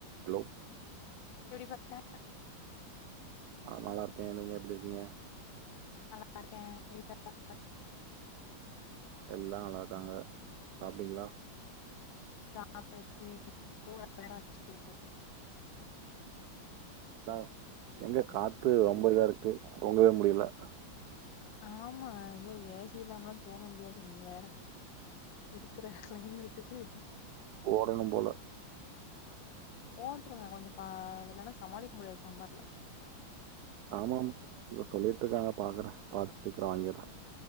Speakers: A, on the right (about 80°); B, on the left (about 70°).
A: Hello
B: இப்டி பாத்தா
A: ஆ நல்லாருக்கே நீங்க எப்டி இருக்கீங்க
B: நல்லாருக்கே வீட்ல எல்லா
A: எல்லா நல்லாருக்காங்க சாப்டிங்களா
B: சாப்டாச்சு <inaudible>
A: <unintelligible> எங்க காத்து ரொம்ப இதா இருக்கு தூங்கவே முடியல
B: ஆமா ஐயோ ஏ சி இல்லாமலா தூங்க முடியாது நீ வேற இப்போ இருக்குற க்ளைமேட்டுக்கு
A: ஓடனும் போல
B: போட்டுருங்க கொஞ்ச பா இல்லனா சமாளிக்க முடியாது சம்மர்ல
A: ஆமாமா இத சொல்லிட்ருக்காங்க பாக்குறே பாத்து சீக்கிர வாங்கிர்றே